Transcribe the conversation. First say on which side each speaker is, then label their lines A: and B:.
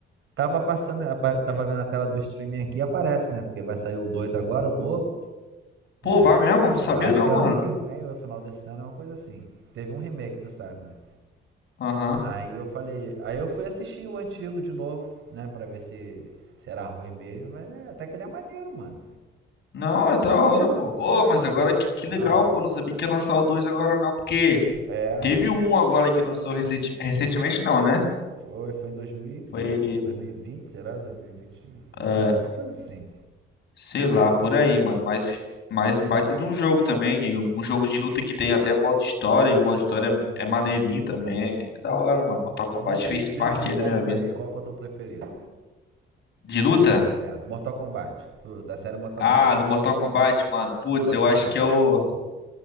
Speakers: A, on the right; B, on the left.
A: tava passando, apa- tava vendo a tela do streaming aqui e aparece, né? Porque vai sair o 2 agora, o novo.
B: Pô,
A: É,
B: vai mesmo? Não sabia
A: eu acho
B: não,
A: que é
B: mano.
A: ano que vem, ou é final desse ano, é uma coisa assim. Teve um remake, tu sabe, né?
B: Aham.
A: Aí eu falei, aí eu fui assistir o antigo de novo, né, pra ver se, se era ruim mesmo, mas é, até que ele é maneiro, mano.
B: Não, é da hora, pô. Ô,
A: É,
B: mas agora
A: pô.
B: que, que legal,
A: Ah,
B: pô. Não sabia que ia lançar o dois agora não, porque
A: é,
B: teve um agora que lançou recenti- recentemente, não, né?
A: foi, foi em 2000,
B: Foi.
A: foi o quê? 2020, será? 2021,
B: é,
A: uma coisa assim.
B: Sei lá, por aí, mano. Mas se- mais um baita de um jogo também, que um jogo de luta que tem até modo história, e o modo história
A: Uhum.
B: é, é maneirinho também. É da hora, mano. Mortal Kombat
A: Desse,
B: fez
A: desses
B: parte aí
A: jogos
B: da minha vida.
A: aí, qual que é o teu preferido?
B: De luta?
A: É, do Mortal Kombat, do- da série Mortal
B: Ah,
A: Kombat,
B: do Mortal
A: qual que
B: Kombat,
A: tu,
B: mano.
A: que
B: Putz,
A: tu gosta
B: eu acho
A: mais?
B: que é o.